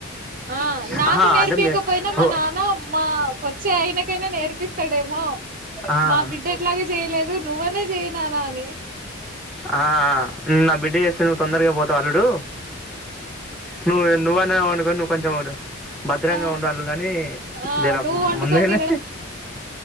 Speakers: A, on the right; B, in the centre.
A: ఆ నాకు
B: ఆహా
A: నేర్పయకపోయినా
B: అంటే మీ
A: మా
B: ఓ
A: నాన్న మాకు వచ్చే అయినకైనా నేర్పిస్తాడేమో
B: ఆ
A: మా
B: ఎక్కువ.
A: బిడ్డ ఎట్లాగ చేయలేదు నువ్వనే చేయనానా అని
B: ఆ నా బిడ్డ చేస్తే నువ్వు తొందరగా పోతావు అల్లుడు నువ్ నువ్వ న అ నువ్ కొంచెం అదు భద్రంగా
A: ఆ
B: ఉండాల అని
A: ఆ
B: జర
A: నువ్వు వండుకొని
B: ముందుగానే